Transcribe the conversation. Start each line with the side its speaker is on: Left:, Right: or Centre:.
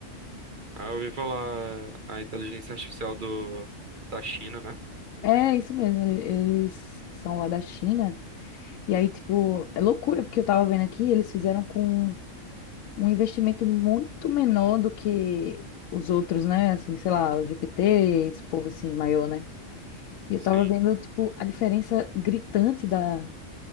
Right: Ah, eu ouvi falar é, a inteligência artificial do, da China, né?
Left: É, isso mesmo, ele- eles são lá da China, e aí, tipo, é loucura, porque eu tava vendo aqui, eles fizeram com um investimento muito menor do que os outros, né, assim, sei lá, o GPT, esse povo assim, maior, né? E
Right: Sim.
Left: eu tava vendo, tipo, a diferença gritante da